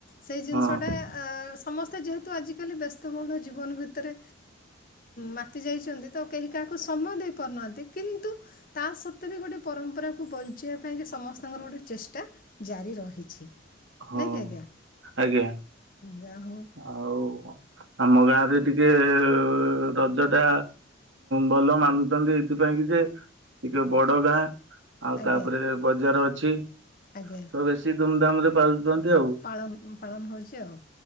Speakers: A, on the left; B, on the right.
A: ସେ ଜିନିଷଟା
B: ହଁ
A: ଆ ଆ ସ ସମସ୍ତେ ଯେହେତୁ ଆଜିକାଲି ବ୍ୟସ୍ତବହୁଳ ଜୀବନ ଭିତରେ ମାତି ଯାଇଛନ୍ତି ତ କେହି କାହା ସମୟ ଦେଇପାରୁନାହାନ୍ତି କିନ୍ତୁ ତା ସତ୍ତ୍ୱେ ବି ଗୋଟଏ ପରମ୍ପରାକୁ ବଞ୍ଚିବା ପାଇଁକ ସମସ୍ତଙ୍କର ଗୋଟେ ଚେଷ୍ଟା ଜାରି ରହିଛି।
B: ହଁ
A: ନାଇଁ କି ଆଜ୍ଞା
B: ଆଜ୍ଞା
A: ଯା ହଉ
B: ଆଉ ଆମ ଗାଁରେ ଟିକେ ରଜ ଟା ଭଲ ମାନୁଛନ୍ତି ଏଇଥିପାଇଁ କି ଯେ ଟିକେ ବଡ ଗାଁ ଆଉ
A: ଆଜ୍ଞା
B: ତାପରେ ବଜାର ଅଛି। ତ
A: ଆଜ୍ଞା
B: ବେଶୀ ଧୁମ କାମରେ ପାଲ ଯାଆନ୍ତି ଆଉ
A: ପାଳନ ପାଳନ ହେଉଛି ଆଉ